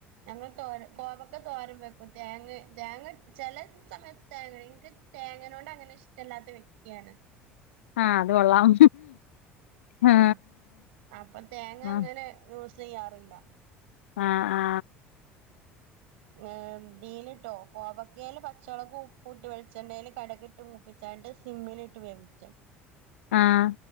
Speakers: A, on the right; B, on the left.
A: ഞങ്ങൾ തോരൻ കോവക്ക തോരൻ വെക്കും തേങ്ങ തേങ്ങ ചില സമയത്ത് തേങ്ങ എനിക്ക് തേങ്ങനോണ്ട് അങ്ങനെ ഇഷ്ടല്ലാത്ത വ്യക് യാണ്
B: ആ അത് കൊള്ളാം ആ
A: ആഹ് അപ്പൊ തേങ്ങ
B: ആ
A: അങ്ങനെ യുസ് തയ്യാറില്ല
B: ആ ആ
A: ഉം നീലിട്ടോ കോവ യെല് പച്ചൊളകും ഉപ്പൂട്ട് വെളിച്ചണ്ണേൽ കടക് ഇട്ട് മൂപ്പിച്ചാണ്ട് സിമ്മിലിട്ട് വേവിച്ചും
B: ആഹ്